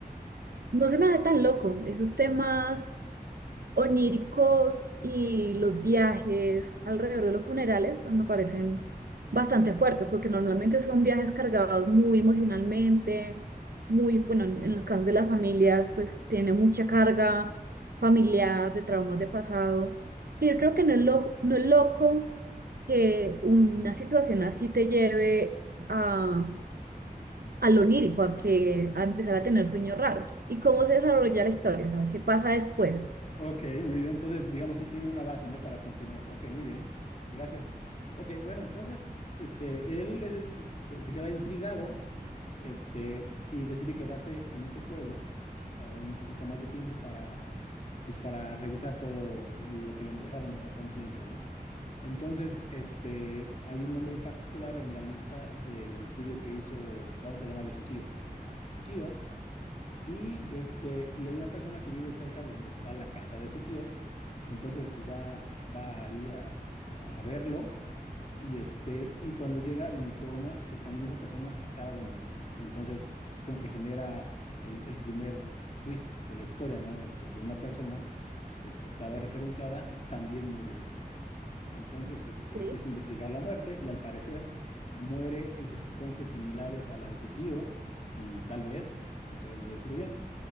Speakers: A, on the right (about 70°); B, on the left (about 45°).
A: No se me hace tan loco. Esos temas oníricos y los viajes alrededor de los funerales pues, me parecen bastante fuertes, porque normalmente son viajes cargados muy emocionalmente, muy, bueno, en en los casos de las familias, pues tiene mucha carga familiar, de traumas de pasado, que yo creo que no es, lo, no es loco que una situación así te lleve a... a lo onírico, a que a empezar a tener sueños raros. ¿Y cómo se desarrolla la historia? O sea, ¿qué pasa después?
B: Ok, muy bien. Entonces, digamos, sí tiene una base, ¿no? Para continuar. Ok, muy bien. Gracias. Ok, bueno, entonces, este, él es- es- es- se se queda intrigado este, y decide quedarse en ese pueblo eh, un poquito más de tiempo para, pues, para revisar todo lo que le dejaron a conciencia, ¿no? Entonces, este, hay un nombre en particular en la lista del estudio que hizo, vamos a llamarle su tío, su tío, y este, y hay una persona que vive cerca de donde está la casa de su tío, entonces, pues, va, va ahí a, a a verlo y este, y cuando llega, le informa que también esa persona acaba de morir, ¿no? Y entonces, como que genera el, el primer twist de la historia, ¿no? Este, que una persona este, estaba referenciada, también murió, ¿no? Entonces, este,
A: Ok.
B: empieza a investigar la muerte y al parecer muere en circunstancias similares a la de su tío y tal vez, todavía no lo decido bien,